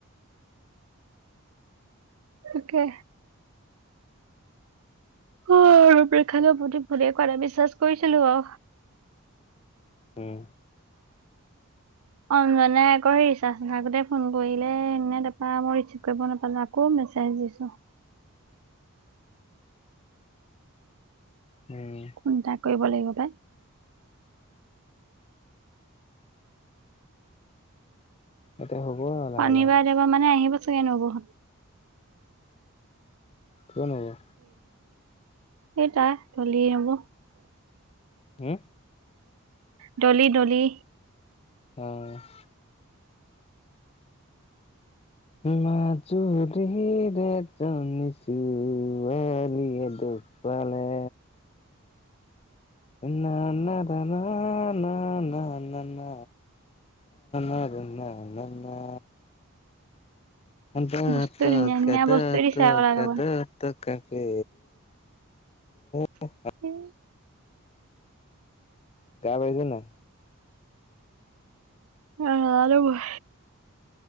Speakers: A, on the right; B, on the left.
A: তাকে অ প্ৰেক্ষালৈ প্ৰতিত ভালেই কৰা বিশ্বাস কৰিছিলো অ
B: উম
A: অঞ্জনে আকৌ সেই ৰিচাৰ্জ আগতে ফোন কৰিলে এনে তাৰপা মই ৰিচিভ কৰিব নাপালো আকৌ মেছেজ দিছো।
B: উম
A: কোন তাক কৰিব লাগিব পাই।
B: এতিয়া হ'ব আৰু লাহে
A: শনিবাৰে
B: লাহে
A: দেওবাৰে মানে আহিব। চাগে নবহ হত
B: কিয় নেজাই
A: সেইটাই চলি যাব।
B: হুম
A: ডলি, ডলি
B: অ, ' মাজুলীয়ে এজনী ছোৱালীয়ে দুখপালে। না না না না না না না না না না না না না, দহটকা,
A: বস্তু ধুনীয়া ধুনীয়া
B: দহটকা,
A: বস্তু দিছে আকৌ তাৰ লগত
B: দহটকা, তক তাকে <unintelligible>
A: উম
B: গা ধুবি নাই
A: উম নোৱাৰো মই